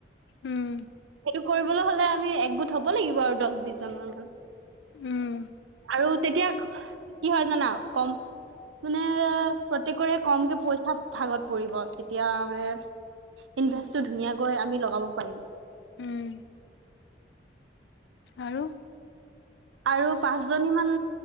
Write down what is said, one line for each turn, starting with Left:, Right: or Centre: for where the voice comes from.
Left: উম,
Right: সেইটো কৰিবলৈ হ'লে আমি একগোট হ'ব লাগিব, আৰু দহ বিছজনমান।
Left: উম,
Right: আৰু তেতিয়া কি হয় জানা, কম মানে, প্ৰত্যেকৰে কমকৈ পইচা ভাগত পৰিব, তেতিয়া মানে ইনভেষ্টটো ধুনীয়াকৈ আমি লগাব পাৰিম।
Left: উম, আৰু!
Right: আৰু পাঁচজনীমান